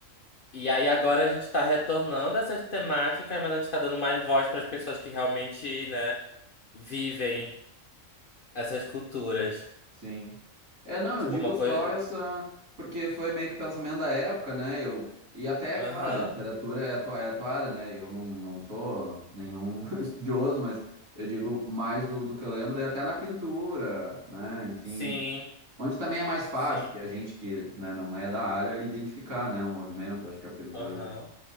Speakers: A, on the left; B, on the right.
A: E aí agora a gente está retornando a essas temáticas, mas a gente está dando mais voz para as pessoas que realmente, né, vivem essas culturas.
B: Sim. É, não,
A: Tipo
B: eu digo
A: uma
B: só
A: coisa.
B: essa, porque foi meio que o pensamento da época, né? Eu, e até,
A: Aham.
B: claro, da literatura é a tua, é a tua área, né? Eu não, não sou nenhum <laughs> estudioso, mas eu digo mais do, do que eu lembro, daí até na pintura, né? Enfim,
A: Sim,
B: onde também é mais fácil,
A: sim.
B: que a gente que, né, não é da área, identificar, né, o movimento. Acho que a pintura,
A: Aham.